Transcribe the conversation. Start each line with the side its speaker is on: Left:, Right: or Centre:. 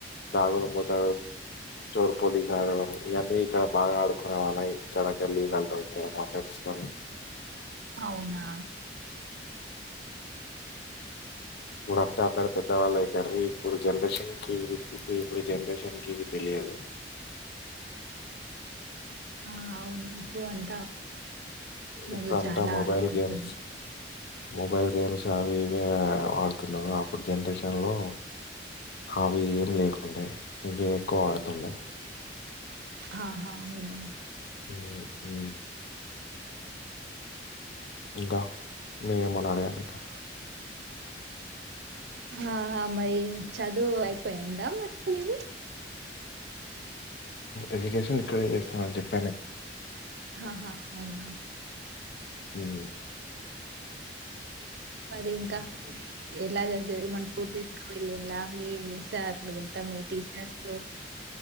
Left: ధగుడు మతడు చోరు పోలీస్ ఆడడం ఇవన్నీ ఇక్కడ బాగా ఆడుకునే వాళ్ళ ఇక్కడ గల్లీల ఇక్కడ మా ఫ్రెండ్స్ తోని
Right: అవునా
Left: ఇప్పుడు అంతా అందరు పెద్దవాళ్ళు అవుతారు ఇప్పుడు జనరేషన్ క ఇ ఇప్పుడు ఇప్పుడు జనరేషన్ కి ఇవి తెలియదు
Right: ఆ అవును ఇప్పు అది ముందు
Left: ఇప్పుడంతా
Right: చాలా
Left: మొబైల్
Right: ఆటలాడుతుండే.
Left: గేమ్స్ మొబైల్ గేమ్స్ అవి ఇవి ఆడుతున్నా ఇప్పుడు జనరేషన్లో అవి ఏం లేకుండే ఇవి ఎక్కువ ఆడుతుండే
Right: అహ మనం
Left: హు హు ఇంకా మీరేమోన్నా అడగండి ఇంకా
Right: ఆ మై చదువు అయిపోయిందా మరి మీది
Left: ఎడ్యుకేషన్ ఇక్కడే చేస్తాను అని చెప్ప
Right: అహ అహ అవునా
Left: హు
Right: మరి ఇంకా ఎలా జగ్గది మన టూర్ తీసుకు వెళ్ళలా మీ సార్లు ఇంత మీ టీచర్స్